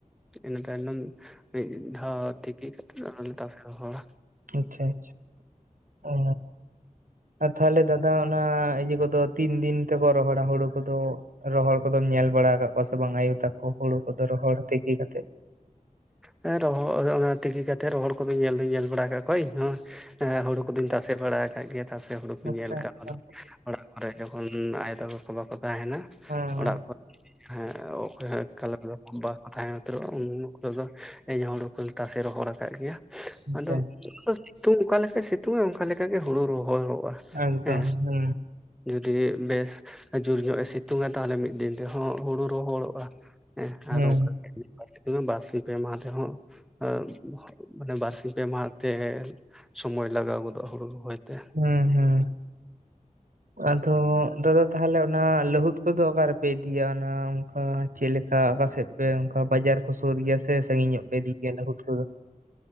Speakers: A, in the centre; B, on the right.
A: ᱤᱱᱟᱹ ᱛᱟᱭᱱᱚᱢ ᱢᱤᱜ ᱫᱷᱽᱟᱣ ᱛᱮᱠᱮ ᱠᱟᱛᱮᱫ ᱟᱨ ᱦᱚᱞᱮ ᱛᱟᱥᱮ ᱨᱚᱦᱚᱲᱟ᱾
B: ᱟᱪᱪᱷᱟ ᱟᱪᱪᱷᱟ ᱚ ᱟᱨ ᱛᱟᱦᱚᱞᱮ ᱫᱟᱫᱟ ᱚᱱᱟ ᱤᱭᱟᱹ ᱠᱚᱼᱫᱚ ᱛᱤᱱ ᱫᱤᱱ ᱛᱮᱠᱚ ᱨᱚᱦᱚᱲᱟ ᱾ᱦᱳᱲᱳ ᱠᱚᱼᱫᱚ ᱾ ᱨᱚᱦᱚᱲ ᱠᱚᱫᱚᱢ ᱧᱮᱞ ᱵᱟᱲᱟ ᱟᱠᱟᱜ ᱠᱚᱣᱟ ᱥᱮ ᱵᱟᱝ ᱾ᱟᱭᱳ ᱛᱟᱠᱚ ᱦᱳᱲᱳ ᱠᱚᱫᱚ ᱨᱚᱦᱚᱲ ᱛᱮᱠᱮ ᱠᱟᱛᱮᱫ?
A: ᱦᱮᱸ ᱨᱚᱦᱚ ᱚᱱᱟ ᱛᱤᱠᱤ ᱠᱟᱛᱮᱜ ᱨᱚᱦᱚᱲ ᱠᱚᱫᱩᱧ ᱧᱮᱞ ᱫᱩᱧ ᱧᱮᱞ ᱵᱟᱲᱟ᱾ ᱠᱟᱜ ᱠᱚᱣᱟ ᱤᱧ ᱦᱚᱸ ᱦᱮᱸ ᱦᱩᱲᱩ ᱠᱚᱫᱩᱧ ᱛᱟᱥᱮ ᱵᱟᱲᱟ ᱟᱠᱟᱜ ᱜᱮᱭᱟ ᱾ᱛᱮ ᱦᱩᱲᱩ ᱠᱩᱧ
B: ᱟᱪᱪᱷᱟ
A: ᱧᱮᱞ ᱠᱟᱣᱫᱟ᱾
B: ᱟᱪᱪᱷᱟ
A: ᱚᱲᱟᱜ ᱠᱚᱨᱮ ᱡᱚᱠᱷᱚᱱ ᱟᱭᱳ ᱛᱟᱠᱚ ᱠᱚ ᱵᱟᱠᱚ ᱛᱟᱦᱮᱱᱟ
B: ᱦᱮᱸ
A: ᱚᱲᱟᱜ ᱠᱚᱨᱮ <unintelligible> ᱚᱠᱚᱭ ᱦᱚᱸ <unintelligible> ᱛᱟᱦᱮᱸ ᱩᱛᱟᱹᱨᱚᱜᱼᱟ <unintelligible> ᱦᱤᱞᱳᱜ ᱫᱚ ᱤᱧ ᱦᱳᱲᱳ ᱠᱩᱧ ᱛᱟᱥᱮ ᱨᱚᱦᱚᱲ ᱟᱠᱟᱜ ᱜᱮᱭᱟ᱾ ᱟᱫᱚ
B: ᱦᱮᱸ
A: ᱥᱤᱛᱩᱝ ᱚᱠᱟᱞᱮᱠᱟᱭ ᱥᱤᱛᱩᱝᱼᱟ᱾ ᱚᱝᱠᱟᱞᱮᱠᱟ ᱜᱮ ᱦᱩᱲᱩ ᱨᱚᱦᱚᱲᱚᱜᱼᱟ᱾
B: ᱮᱠᱫᱚᱢ
A: ᱦᱮᱸ
B: ᱦᱩᱸ
A: ᱡᱩᱫᱤ ᱵᱮᱥ ᱡᱩᱨ ᱧᱚᱜ ᱮ ᱥᱤᱛᱩᱝᱟ᱾ ᱛᱟᱦᱚᱞᱮ ᱢᱤᱫ ᱫᱤᱱ ᱛᱮᱦᱚᱸ ᱦᱩᱲᱩ ᱨᱚᱦᱚᱲᱚᱜᱼᱟ ᱾ ᱦᱮᱸ
B: ᱦᱩᱸ
A: ᱟᱨ ᱚᱝᱠᱟ <unintelligible> ᱵᱟᱨᱥᱤ ᱯᱮ ᱢᱟᱦᱟ ᱨᱮᱦᱚᱸ <unintelligible> ᱢᱟᱱᱮ ᱵᱟᱨᱥᱤᱧ ᱯᱮ ᱢᱟᱦᱟᱛᱮ ᱦᱮ ᱥᱚᱢᱚᱭ ᱞᱟᱜᱟᱣ ᱜᱚᱫᱚᱜᱼᱟ ᱦᱩᱲᱩ ᱨᱚᱦᱚᱭᱛᱮ᱾
B: ᱦᱩᱸ ᱦᱩᱸ ᱟᱫᱚ ᱫᱟᱫᱟ ᱛᱟᱦᱚᱞᱮ ᱚᱱᱟ ᱞᱟᱹᱦᱩᱫ ᱠᱚᱫᱚ ᱚᱠᱟ ᱨᱮᱯᱮ ᱤᱫᱤᱭᱟ? ᱚᱱᱟ ᱚᱝᱠᱟ ᱪᱮᱜ ᱞᱮᱠᱟ ᱟᱠᱟᱥᱮᱫ ᱯᱮ ᱚᱝᱠᱟ ᱵᱟᱡᱟᱨ ᱠᱚ ᱥᱳᱨ ᱜᱮᱭᱟ᱾ ᱥᱮ ᱥᱟᱺᱜᱤᱧ ᱧᱚᱜ ᱯᱮ ᱤᱫᱤ ᱜᱮᱭᱟ ᱞᱟᱹ ᱦᱩᱫ ᱠᱚᱫᱚ?